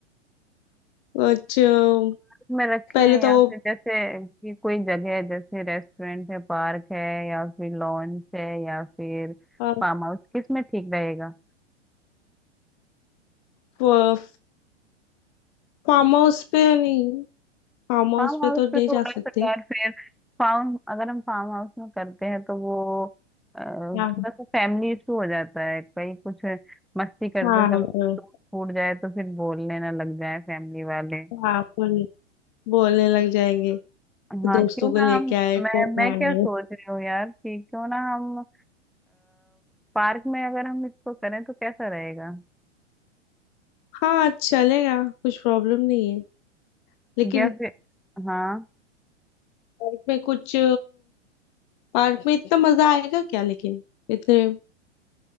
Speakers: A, on the left; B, in the centre.
A: कुछ अ,
B: में रखे
A: पहले
B: हैं या
A: तो
B: फिर जैसे कि कोई जगह है जैसे रेस्टोरेंट है पार्क है या फिर लॉन्च है या फिर
A: अ,
B: फार्म हाउस किस में ठीक रहेगा
A: फ- फार्म हाउस पे नहीं फार्म हाउस
B: फार्म
A: पे
B: हाउस
A: तो
B: पे
A: नहीं
B: थोड़ा
A: जा सकते
B: सा यार फिर फार्म अगर हम फार्म हाउस में करते हैं तो वो अ, थोड़ा
A: हाँ
B: सा फैमिली इशू हो जाता है कहीं कुछ मस्ती करते
A: हाँ
B: समय
A: बोल-
B: टूट फूट जाए तो फिर बोलने ना लग जाए फैमिली वाले
A: हाँ, बोल- बोलने लग जाएंगे कि
B: हाँ
A: दोस्तों
B: क्यों ना
A: को लेके
B: हम
A: आए
B: मैं
A: कौन
B: मैं
A: आए
B: क्या सोच रही हूँ यार कि क्यों ना हम पार्क में अगर हम इसको करें तो कैसा रहेगा
A: हाँ चलेगा कुछ प्रॉब्लम नहीं है लेकिन
B: या फिर हाँ
A: पार्क में कुछ पार्क में इतना मजा आएगा क्या लेकिन इतने